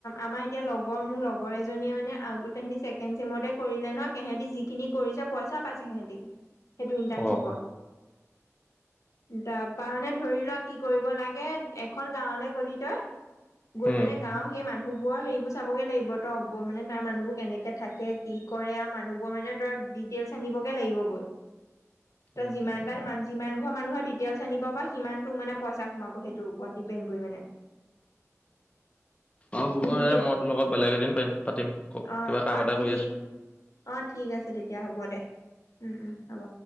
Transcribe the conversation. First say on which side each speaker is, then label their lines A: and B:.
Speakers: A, on the left; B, on the left.
A: আমাৰ এতিয়া লগৰ মোৰ লগৰ এজনীয়ে মানে তেহেতি ছেকেণ্ড চেমতে কৰিলে নয় সেহেটি যিখিনি কৰিছে পইচা পাইছে সেহেতি সেইটো ইণ্টাৰ্ণশ্বিপৰ
B: অ
A: তাৰপা মানে ধৰি লও কি কৰিব লাগে তে এখন গাঁৱলৈ গ'লি তই গৈ
B: উম
A: মানে গাঁৱৰ সেই মানুহ ব হেৰিবোৰ চাবগে লাগিব তই মানে তাৰ মানুহবোৰ কেনেকে থাকে কি কৰে আৰু মানুহ বোৰ মানে তই ডিটেইলছ আনিবগে লাগিব গৈ
B: উম
A: তই যিমান তাৰ মান যিমান মানুহৰ ডিটেইলছ আনিব বা সিমানটো মানে পইচা সোমাব সেইটোৰ ওপৰত ডিপেণ্ড কৰি মানে
B: অ হ'ব
A: কিন্তু
B: দে মই তোৰ লগত বেলেগ এদিন পাৰিম পাতিম
A: আহ
B: কিবা কাম
A: আহ
B: এটা কৰি
A: ঠিক
B: আছো
A: আহ ঠিক আছে তেতিয়া হ'ব দে উম উম হ'ব।